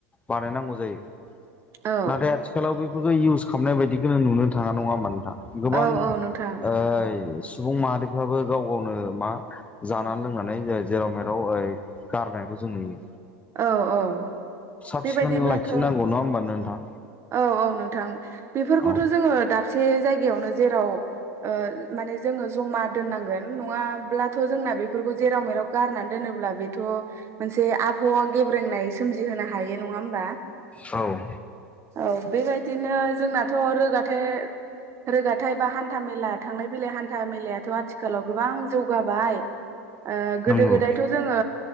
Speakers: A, on the left; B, on the right.
A: बानायनांगौ जायो।
B: औ
A: नाथाय आथिखालाव बेफोरखौ इउस खालामनाय बायदिखौनो नुनो थाङा नङा होमा नोंथां। गोबां
B: औ औ नोंथां
A: ओइ सुबुं माहारिफ्राबो गाव गावनो मा जानानै लोंनानै जेराव मेर राव गारनायखौ जों नुयो।
B: औ औ
A: साब
B: बेबायदिब्लाथ'
A: सिखोन लाखिनांगौ नङा होमबा नोंथां
B: औ औ नोंथां बेफोरखौथ'
A: औ
B: जोङो दाब से जायगायावनो जेराव ओ माने जोङो ज'मा दोननांगोन नङाब्लाथ' जोंना बेफोरखौ जेराव मेराव गारनानै दोनोब्लख बेथ' मोनसे आ फावा गेब्रेंनाय सोमजिहोनो हायो नङा होमबा।
A: औ
B: औ बेबायदिनो जोंनाथ' रोगाथाय रोगाथाय बा हान्था मेला थांलाय फैलाय हान्था मेलायाथ' आथिखालाव गोबां जौगाबाय
A: <inaudible>
B: ओ गोदो
A: नंगौ
B: गोदायथ' जोङो